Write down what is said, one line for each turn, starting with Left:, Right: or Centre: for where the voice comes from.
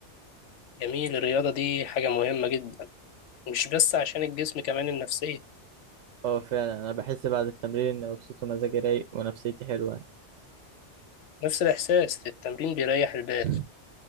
Left: جميل الرياضة دي حاجة مهمة جدا مش بس عشان الجسم كمان النفسية
Right: أه فعلا أنا بحس بعد التمرين إني مبسوط ومزاجي رايق ونفسيتي حلوة
Left: نفس الاحساس التمرين بيريح البال
Right: <laughs>